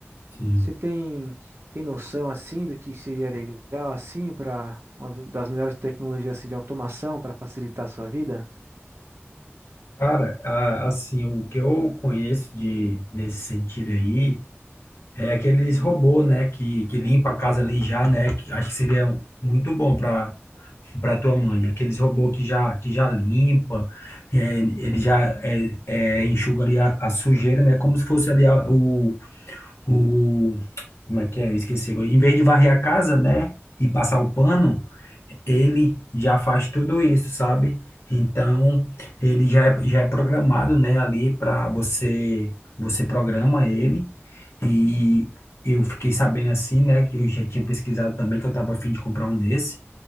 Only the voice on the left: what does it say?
sim.
Cara, a- assim, o que eu conheço de nesse sentido aí é aqueles robô, né, que, que limpa a casa ali já, né, que acho que seria muito bom para para tua mãe. Aqueles robô que já que já limpa, é, ele já é, é, enxuga ali a, a sujeira, né, como se fosse ali a, o o, como é que é? esqueci agora. Em vez de varrer a casa, né, e passar o pano, ele já faz tudo isso, sabe? Então, ele já é, já é programado, né, ali para você, você programa ele e eu fiquei sabendo assim, né, que eu já tinha pesquisado também que eu estava a fim de comprar um desse,